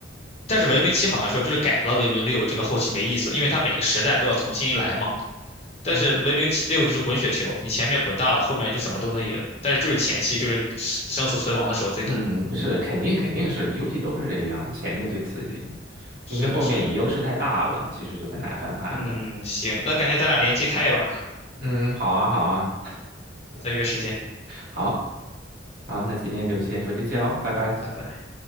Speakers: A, on the left (about 35°); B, on the right (about 55°).
A: 但是文明七好像说就是改了文明六这个后期没意思，因为它每个时代都要重新来嘛。但是文明七六就是滚雪球，
B: 嗯
A: 你前面滚大了，后面就怎么都能赢。但是就是前期就是生生死存亡的时候最难。
B: 嗯，是肯定肯定是游戏都是这个样子，前面最刺激，
A: 是的，
B: 因为后面你优势太大了，
A: 是的，
B: 其实就很难翻盘了。
A: 嗯，行，那感觉咱俩联机开一把，
B: 嗯，好啊好啊
A: 再约时间。
B: 好啊，那今天就先说这些喽，拜拜。
A: 嗯，拜拜。